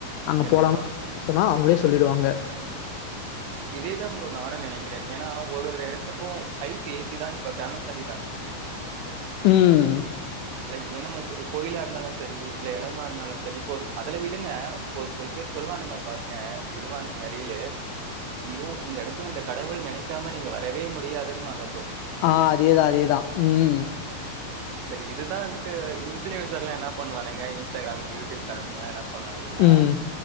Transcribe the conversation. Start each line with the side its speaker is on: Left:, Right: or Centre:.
Left: அங்க
Right: கண்டிப்பா
Left: போலாம சொன்னா அவங்களே சொல்லிடுவாங்க
Right: இதேதான் ப்ரோ நானும் நெனைக்கிறேன் ஏன்னா ஒரு ஒரு இடத்துக்கும் ஹைப் ஏத்தி தான் இப்ப பேமஸ் ஆகிட்டானுங்க
Left: ம்
Right: லைக் என்னம கோயிலா இருந்தாலும் செரி இல்ல இடமா இருந்தாலும் செரி இப்போ ஒரு அதுல விடுங்க ஒரு சில பேரு சொல்லுவானுங்க பாருங்க இதுவானுங்க அரியிலே யோ இந்த எடத்துல இந்த கடவுள் நெனைக்காம நீங்க வரவே முடியாதுன்னு வாங்க ப்ரோ
Left: ஆ அதே தான் அதே தான் ம்
Right: செரி செரி இதுதான்ட்டு இன்புளுயர்ஸ்லாம் எல்லா என்ன பண்ணுவானுங்க இன்ஸ்டாகிராம் யூ டியூப் காரனுக்க சொன்னாங்கன்னா
Left: ம்.